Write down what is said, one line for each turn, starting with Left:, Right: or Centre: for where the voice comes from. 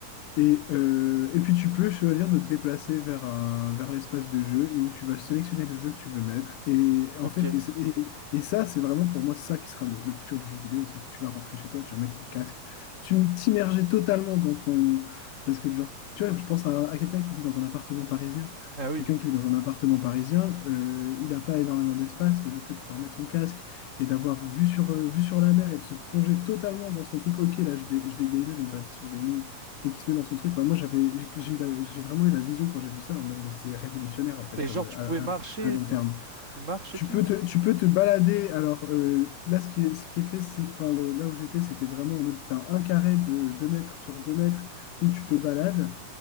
Left: Et, euh, et puis tu peux choisir de te déplacer vers un, vers l'espace de jeu et où tu vas sélectionner le jeu que tu veux mettre. Et en
Right: ok.
Left: fait, et, c'est- et- et ça, c'est vraiment pour moi ça qui sera le, le futur du jeu vidéo, c'est que tu vas rentrer chez toi, tu vas mettre ton casque, tu t'immerger totalement dans ton... Parce que genre, tu vois, je pense à, à quelqu'un qui vit dans un appartement parisien.
Right: Ah oui.
Left: Quelqu'un qui vit dans un appartement parisien, euh, il n'a pas énormément d'espace, mais le fait de pouvoir mettre son casque et d'avoir vue sur, euh, vue sur la mer et de se plonger totalement dans son truc, ok, là, je vais, je vais gamer, je vais me faire une session gaming et qui se met dans son truc. Enfin, moi, j'avais, j'ai j'ai eu la- j'ai vraiment eu la vision quand j'ai vu ça, en mode, mais c'est révolutionnaire, en fait,
Right: Et
Left: comme
Right: genre, tu
Left: euh, à,
Right: pouvais marcher
Left: à- à long
Right: et tout?
Left: terme.
Right: Tu, tu marches
Left: Tu
Right: et tout?
Left: peux te, tu peux te balader. Alors, euh, là, ce qui est, ce qui est fait, c'est, enfin, le- là où j'étais, c'était vraiment en mode, t'as un carré de 2 mètres sur 2 mètres où tu te balades.